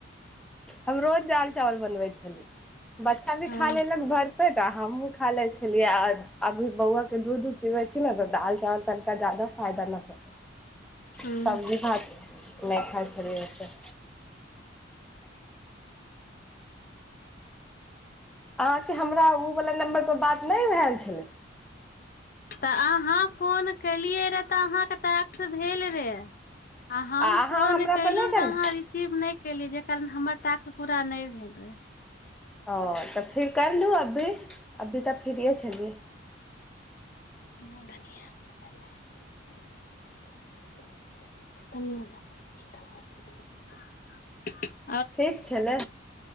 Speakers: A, in the centre; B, on the left.
A: हम रोज दाल चावल बनबै छली बच्चा भी
B: हँ
A: खा लेलक भर पेट हमहुँ खा ले छलियै और अभी बौआ के दूध उध पीबै छी ने तऽ दाल चावल तनिका जादा फायदा न करत
B: हूँ
A: सब्जी भात नहि खाय छलिये ओतेे अहाँके हमरा उ‌ बला नम्बरपर बात नहि भेल छलै
B: तऽ अहाँ फोन केलियै रे तऽ अहाँके टाक्स भेल रे आ हम
A: आ अहाँ
B: फोन
A: हमरा
B: केलहु
A: पर नहि करलियै
B: तऽ अहाँ रिसीव नहि केली जे कारण हमर टास्क पूरा नहि भेल रहे
A: ओ तऽ फिर कैर लू अभी अभी तऽ फिरये छलियै
B: धनिया क पत्ता धनिया क तनि छिटा माइर <unintelligible>
A: ठीक छलै